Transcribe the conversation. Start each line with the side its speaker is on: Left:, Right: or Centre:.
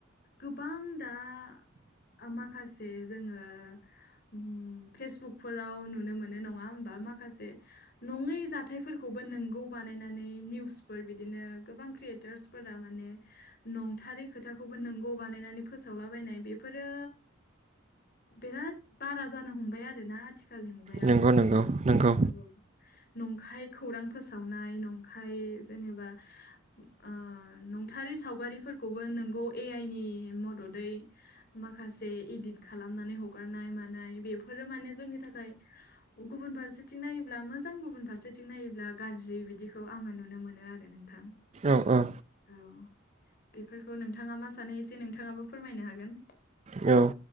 Left: गोबां दा ओ माखासे जोङो उम पेस बुकफोराव नुनो मोनो नङा होमबा माखासे नङै जाथायफोरखौबो नोंगौ बानायनानै निउसफोर बिदिनो गोबां क्रियेटरस फोरा माने नंथारै खोथाखौबो नोंगौ बानायनानै फोसावलाबायनाय बेफोरो बिराद बारा जानो हमबाय आरोना आथिखालनि मुगायाव
Right: नंगौ नंगौ नंगौ
Left: <unintelligible> नंखाय खौरां फोसावनाय नंखाय जेनेबा ओ नंथारै सावगारिफोरखौबो नोंगौ ए आइ नि मददै माखासे इदित खालामनानै हगारनाय मानाय बेफोरो माने जोंनि थाखाय गुबुन फारसेथिं नायोब्ला मोजां गुबुन फारसेथिं नायोब्ला गाज्रि बिदिखौ आङो नुनो मोनो आर नोंथां।
Right: औ औ।
Left: औ बेफोरखौ नोंथाङा मा सानो एसे नोंथाङाबो फोरमायनो हागोन।
Right: औ।